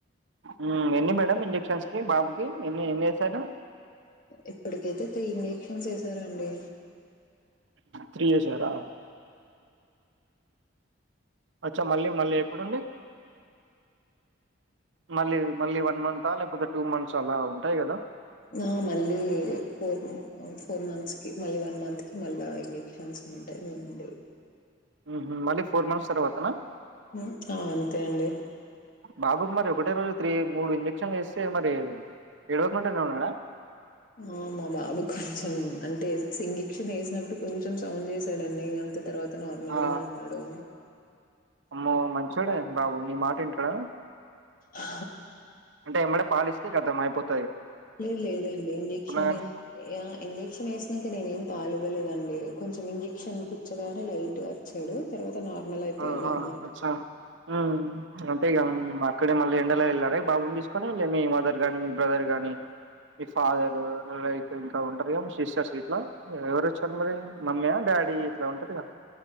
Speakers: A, on the right; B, on the left.
A: మ్ హమ్ ఎన్ని మేడం ఇంజెక్షన్స్ కి బాబు టి ఎన్ని ఎన్ని ఎసారు
B: ఇప్పటికైతే త్రీ ఇంజెక్షన్స్ వేశారండి
A: త్రీ వేసారా అచ్చ మళ్ళీ మళ్ళీ ఎప్పుడ్ అండి మళ్ళీ మళ్ళీ వన్ మంత్ ఆ లేకపోతే టూ మంత్ చల ఉంటాయి కదా
B: ఆ మళ్ళీ ఫోర్ ఫోర్ మంత్స్ కి మళ్ళీ వన్ మంత్ కి మల్లా ఇంజెక్షన్స్ ఉంటాయి అండి
A: మ్హు మళ్ళీ ఫోర్ మంత్స్ తర్వాతనా
B: హ్మ్ ఆ అంతే అండి.
A: బాబుకు మరి ఒకటే రోజ్ త్రీ మూడు ఇంజెక్షన్ వేస్తే మరి ఏడవకుండానే ఉన్నాడా
B: ఆ మా బాబు కొంచెం అంత్ టె సింగిక్షన్ ఎసినప్పుడు కొంచెం సౌండ్ చేసాడుండి అంతే తర్వాత నార్మల్
A: ఆ!
B: గానే ఉన్నడు
A: అమ్మో మంచోడే బాబు నీ మాట ఇన్టాడా
B: ఆ!
A: అంటే ఎమ్మడే పాలు ఇస్తే కతం అయిపోత్
B: లే లేదండి ఇంజెక్షన్
A: కానీ
B: ఎ య ఇంజెక్షన్ ఎస్ ఇంక నేన్ ఏం తలివ్వలేద్ అండి కొంచెం ఇంజక్షన్ కచ్చాగానే లైటుగా అరిచాడు తర్వాత నార్మల్ అయిపోయాడనమాట.
A: ఆహ అచ్చ ఆ అంటే ఇగ అక్కడే మళ్ళీ ఎండలో ఎళ్ళారా మరి బౌండిస్ కని లే మి మదర్ గానీ మి బ్రదర్ గాని మీ ఫాదర్ లైక్ ఇంకా ఉంటారు కద సిస్టర్స్ ఇట్లా ఎవరు వచ్చారు మరి మమ్మీ, డాడీ ఇట్లా ఉంటారు కదా.